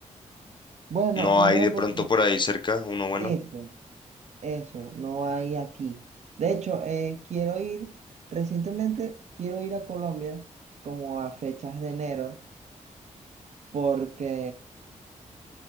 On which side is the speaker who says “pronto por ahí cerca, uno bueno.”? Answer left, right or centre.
Left